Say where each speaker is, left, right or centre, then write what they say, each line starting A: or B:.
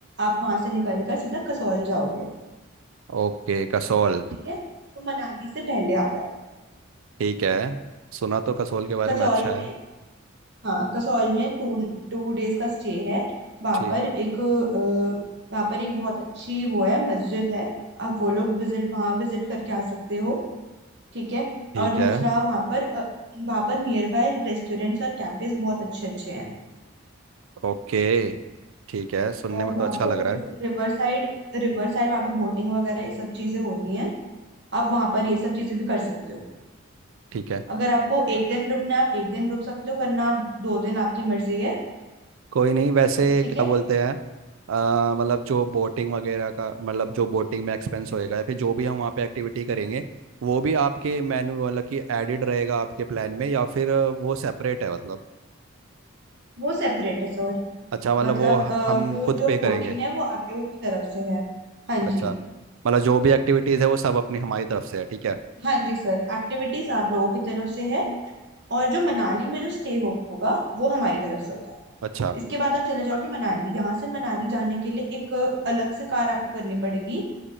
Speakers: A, on the right; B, on the right.
A: आप वहां से निकल कर सीधा कसौल जाओगे
B: ओके कसौल
A: ठीक है जो मनाली से पहले आता है
B: ठीक है सुना तो कसौल के बारे
A: कसौल
B: में अच्छा है
A: में हाँ कसौल में टू टू डेज का स्टे है वहां
B: ठीक
A: पर एक अ, वहाँ पर एक बहुत अच्छी वो है मस्जिद है आप वो लोग विजिट वहाँ विजिट करके आ सकते हो ठीक है
B: ठीक
A: और दूसरा
B: है
A: वहाँ पर अ, वहाँ पर नियर बाय रेस्टोरेंट्स और कैफेज बहुत अच्छे अच्छे हैं
B: ओके ठीक है सुनने
A: और
B: में
A: वहाँ
B: तो अच्छा
A: पर
B: लग रहा
A: रिव,
B: है
A: रिवर साइड रिवर साइड वहाँ पर बोटिंग वगैरह ये सब चीजें होती हैं आप वहाँ पर ये सब चीजें भी कर सकते हो
B: ठीक है
A: अगर आपको एक दिन रुकना है आप एक दिन रुक सकते हो वरना आप दो दिन आपकी मर्जी है
B: कोई नहीं वैसे
A: ठीक
B: क्या
A: है
B: बोलते हैं अ, मतलब जो बोटिंग वगैरह का मतलब जो बोटिंग में एक्सपेंस होएगा या फिर जो भी हम वहाँ पे एक्टिविटी करेंगे वो भी आपके मेन्यू मतलब कि एडेड रहेगा आपके प्लान में या फिर वो सेपरेट है मतलब
A: वो सेपरेट है सो
B: अच्छा मतलब
A: मतलब
B: वो ह-
A: अ,
B: हम
A: वो
B: खुद
A: जो
B: पे करेंगे
A: वोटिंग है वो आप लोगों की तरफ से है हाँ
B: अच्छा
A: जी
B: मतलब जो भी एक्टिविटीज़ है वो सब अपनी हमारी तरफ से है ठीक है
A: हाँ जी सर एक्टिविटीज आप लोगों की तरफ से है और जो मनाली में जो स्टे हो, होगा वो हमारी तरफ से होता है
B: अच्छा
A: इसके बाद आप चले जाओगे मनाली यहाँ से मनाली जाने के लिए एक अ, अलग से कार आपको करनी पड़ेगी